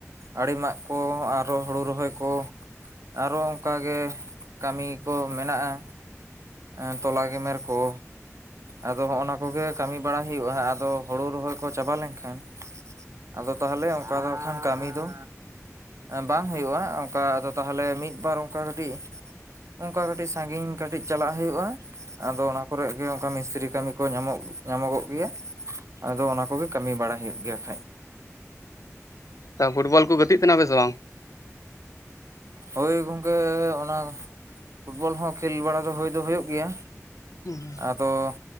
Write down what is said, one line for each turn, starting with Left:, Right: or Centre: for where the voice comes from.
Right: ᱟᱲᱮ ᱢᱟᱜ ᱠᱚ ᱟᱨᱚ ᱦᱳᱲᱳ ᱨᱚᱦᱚᱭ ᱠᱚ ᱟᱨᱚ ᱚᱱᱠᱟ ᱜᱮ ᱾ᱠᱟᱹᱢᱤ ᱠᱚ, ᱢᱮᱱᱟᱜᱼᱟ᱾ ᱮᱸ ᱛᱚᱞᱟ ᱜᱮᱢᱮᱨ ᱠᱚ᱾ ᱟᱫᱚ ᱦᱚᱸᱜᱼ ᱱᱟ ᱾ᱠᱚ-ᱜᱮ ᱠᱟᱹᱢᱤ ᱵᱟᱲᱟ ᱦᱩᱭᱩᱜᱼᱟ ᱾ᱟᱫᱚ ᱦᱳᱲᱩ ᱨᱚᱦᱚᱭ ᱠᱚ, ᱪᱟᱵᱟ ᱞᱮᱱᱠᱷᱟᱱ᱾ ᱟᱫᱚ ᱛᱟᱦᱚᱞᱮ, ᱚᱱᱠᱟ ᱫᱚ ᱠᱷᱟᱱ ᱠᱟᱹᱢᱤ ᱫᱚ᱾ ᱵᱟᱝ ᱦᱩᱭᱩᱜᱼᱟ᱾ ᱚᱱᱠᱟ ᱟᱫᱚ ᱛᱟᱦᱞᱮ, ᱢᱤᱫ-ᱵᱟᱨ ᱚᱱᱠᱟ ᱠᱟᱹᱴᱤᱡ ᱚᱱᱠᱟ ᱠᱟᱹᱴᱤᱡ, ᱥᱟᱺᱜᱤᱧ ᱠᱟᱹᱴᱤᱡ᱾ ᱪᱟᱞᱟ-ᱜ ᱦᱩᱭᱩᱜᱼᱟ ᱾ᱟᱫᱚ ᱚᱱᱟ ᱠᱚᱨᱮ ᱜᱮ, ᱚᱱᱠᱟ ᱢᱤᱥᱛᱨᱤ ᱠᱟᱹᱢᱤ ᱠᱚ ᱧᱟᱢᱚᱜᱚ-ᱜ ᱜᱮᱭᱟ᱾ ᱟᱫᱚ ᱚᱱᱟ ᱠᱚ-ᱜᱮ ᱠᱟᱹᱢᱤ ᱵᱟᱲᱟ-ᱭ, ᱦᱩᱭᱩ-ᱜ ᱜᱮᱭᱟ᱾ ᱠᱷᱟᱡ
Left: ᱛᱚ ᱯᱷᱩᱴᱵᱚᱞ ᱠᱚ ᱾ᱜᱟᱛᱮᱜ ᱠᱟᱱᱟᱯᱮ᱾ ᱥᱮ ᱵᱟᱝ?
Right: ᱦᱳᱭ᱾ ᱜᱚᱝᱠᱮ ᱚᱱᱟ ᱯᱷᱩᱴᱵᱚᱞ ᱦᱚᱸ, ᱠᱷᱮᱞ ᱵᱟᱲᱟ ᱾ᱫᱚ ᱦᱳᱭ ᱫᱚ ᱦᱩᱭᱩ-ᱜ ᱜᱮᱭᱟ᱾
Left: ᱦᱩᱸ᱾
Right: ᱟᱫᱚ᱾